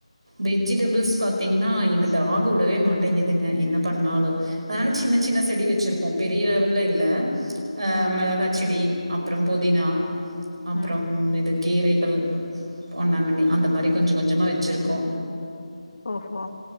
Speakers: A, on the right; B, on the left.
A: வெஜிடபிள்ஸ் பார்த்திங்கன்னா எங்கள் டாகு விடவே மாட்டேங்கிதுங்க என்ன பண்ணாலு அதனால சின்ன சின்ன செடி வச்சுருக்கோ பெரிய லெவல் இல்ல அ
B: ம்
A: மிளகா செடி அப்புறோ புதினா அப்புறம்
B: ம்
A: இது கீரைகள் பொன்னாங்கண்ணி அந்த மாரி கொஞ்ச கொஞ்சமா வச்சிருக்கோ
B: ஓஹோ